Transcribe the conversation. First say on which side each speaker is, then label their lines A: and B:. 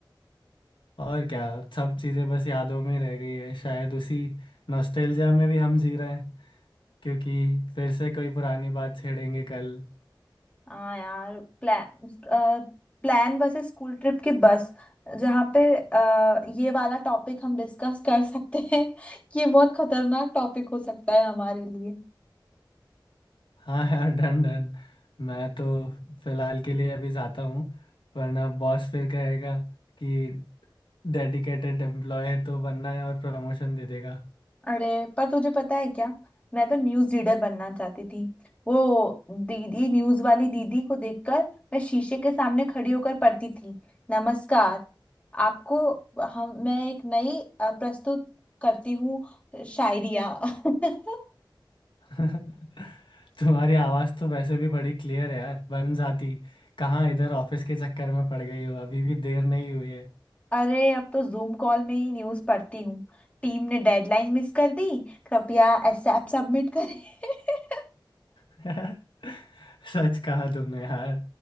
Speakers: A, on the left (about 75°); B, on the left (about 15°).
A: और क्या सब चीज़ें बस यादों में रह गई है शायद उसी नॉस्टैल्जिया में भी हम जी रहे हैं क्योंकि फिर से कोई पुरानी बात छेड़ेंगे कल
B: हाँ यार प्लान प्लान वैसे स्कूल ट्रिप की बस जहाँ पे अ, ये वाला टॉपिक हम डिस्कस कर सकते हैं <laughs> कि ये बहुत खतरनाक टॉपिक हो सकता है हमारे लिए
A: हाँ यार डन डन मैं तो फिलहाल के लिए अभी जाता हूँ वरना बॉस फिर कहेगा कि डेडिकेटेड एम्प्लॉय है तो बनना है और प्रमोशन दे देगा
B: अरे पर तुझे पता है क्या मैं तो न्यूज़ रीडर बनना चाहती थी वो दीदी न्यूज़ वाली दीदी को देखकर मैं शीशे के सामने खड़ी होकर पढ़ती थी नमस्कार आपको हम मैं एक नई अ, प्रस्तुत करती हूँ शायरिया <laughs>
A: <laughs> तुम्हारी आवाज़ तो वैसे भी बड़ी क्लियर है यार बन जाती कहाँ इधर ऑफिस के चक्कर में पड़ गई हो अभी भी देर नहीं हुई है
B: अरे अब तो जूम कॉल में ही न्यूज़ पढ़ती हूँ टीम ने डेडलाइन मिस कर दी कृपया एसएप सबमिट करें <laughs>
A: <laughs> सच कहा तुमने यार